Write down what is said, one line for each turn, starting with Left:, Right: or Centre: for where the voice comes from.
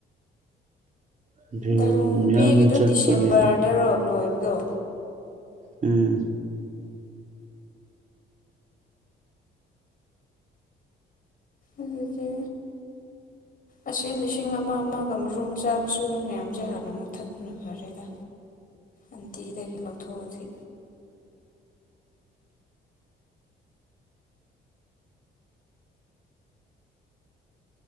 Right: ꯑꯗꯨ
Left: ꯗꯥꯏꯂꯣꯡ ꯅꯨꯄꯤꯒꯤꯗꯨ
Right: ꯃꯌꯥꯝ ꯆꯠꯄꯒꯤ
Left: ꯗꯤꯁꯦꯝꯕꯔꯗꯔꯣ ꯂꯣꯏꯕ ꯗꯣ
Right: ꯎꯝ
Left: ꯑꯗꯨꯗꯤ ꯑꯁꯤ ꯂꯤꯁꯤꯡ ꯑꯃ ꯑꯃꯒ ꯃꯔꯨꯝ ꯆꯥꯃꯁꯨ ꯃꯌꯥꯝꯁꯦ ꯍꯥꯟꯅ ꯃꯨꯛꯊꯠꯄꯅ ꯐꯔꯦꯗ ꯑꯟꯇꯤꯗꯒꯤ ꯂꯧꯊꯣꯛꯑꯁꯤ